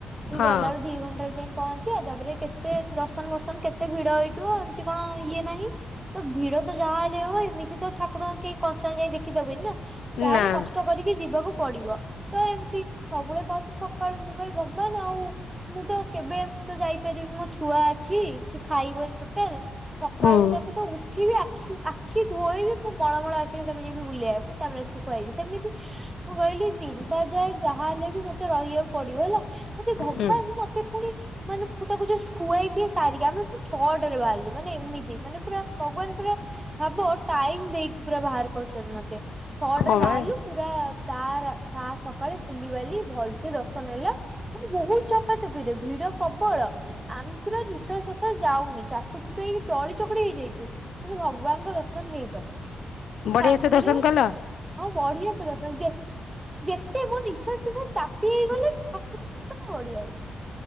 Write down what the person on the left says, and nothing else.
ହଁ
ନା
ହୁଁ।
ହୁଁ
ହଁ ବା
ବଢିଆ
ସେ ଦର୍ଶନ କଲ?